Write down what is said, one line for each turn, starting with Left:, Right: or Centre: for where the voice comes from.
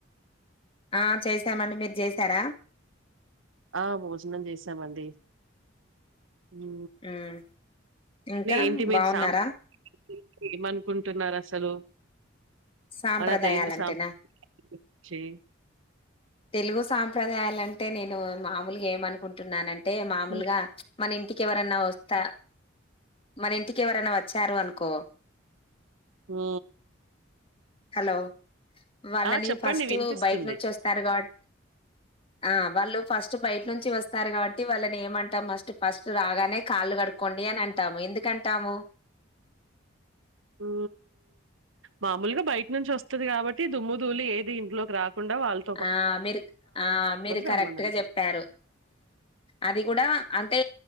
Left: ఆ చేసామండి మీరు చేసారా
Right: ఆ భోజనం చేసామండి ఉ
Left: ఉమ్ ఇంకా
Right: ఏంటి మీ
Left: బాగున్నారా
Right: సాంప్రదాయాలు ఏమనుకుంటున్నారు అసలు
Left: సాంప్రదాయాలంటేనా
Right: మన తెలుగు సాంస్కృతి గురించి
Left: తెలుగు సాంప్రదాయాలు అంటే నేను మామూలుగా ఏమనుకుంటున్నాన అంటే మామూలుగా
Right: మ్
Left: మన ఇ ఇంటికి ఎవరైనా వస్తా మన ఇంటికి ఎవరైనా వచ్చారు అనుకో
Right: ఉ
Left: హలో వాళ్ళని
Right: ఆ చెప్పండి
Left: ఫస్ట్
Right: వినిపిస్తుంది
Left: బయట నుంచి వస్తారు గట్ ఆ వాళ్ళు ఫస్ట్ బయట నుంచి వస్తారు కాబట్టి వాళ్ళని ఏమంటాం ఫస్ట్ ఫస్ట్ రాగానే కాళ్ళు కడు కొండి అని అంటాము ఎందుకంటాము
Right: ఉ మామూలుగా బయట నుంచి వస్తుది కాబట్టి దుమ్ము దూలి ఏది ఇంట్లోకి రాకుండా వాళ్ళు
Left: ఆ మీరు ఆ మీరు
Right: రమ్మని
Left: కరెక్ట్
Right: అంటాం
Left: గా చెప్పారు అది కూడా అంటే